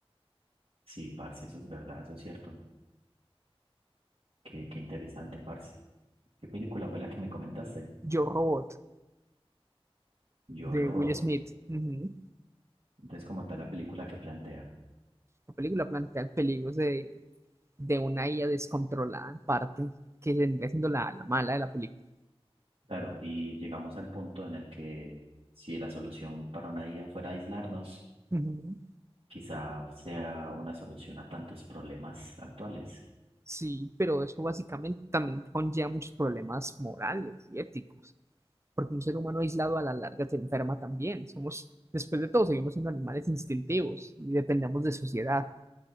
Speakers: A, on the right; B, on the right.
A: Sí, parce, eso es verdad, eso es cierto. Qué, qué interesante, parce. ¿Qué película fue la que me comentaste?
B: Yo, Robot,
A: Yo,
B: de
A: Robot.
B: Will Smith. Ujú.
A: Entonces, como tal, la película que plantea.
B: La película plantea peligros de, de una IA descontrolada en parte, que vendría siendo la, la mala de la película.
A: Claro, y llegamos al punto en el que si la solución para una IA fuera aislarnos,
B: Ujú.
A: quizá sea una solución a tantos problemas actuales.
B: Sí, pero eso básicamente también conlleva muchos problemas morales y éticos, porque un ser humano aislado a la larga se enferma también. Somos, después de todo, seguimos siendo animales instintivos y dependemos de sociedad.